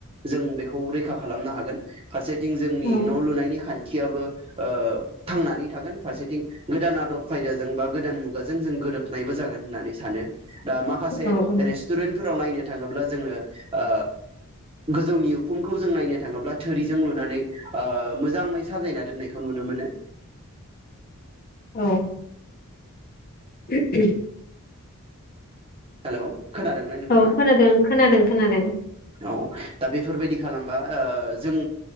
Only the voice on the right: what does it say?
जों बेखौ रैखा खालामनो हागोन। फारसेथिं जोंनि
न लुनायनि खान्थ थियाबो ओ थांनानै थागोन फारसेथिं गोदान आदब खायदाजों बा गोदान मुगाजों जों गोरोब नायबो जागोन होननानै सानो। दा माखासे
रेस्टुरेन्टफोराव नायनो थाङोब्ला जोङो ओ गोजौनि उखुमखौ जों नायनो थाङोब्ला थोरिजों लुनानै ओ मोजाङै साजायना दोननायखौ नुनो मोनो।
हेलौ खोनादोंना नोंथाङा
औ दा बेफोरबायदि खालामबा ओ जों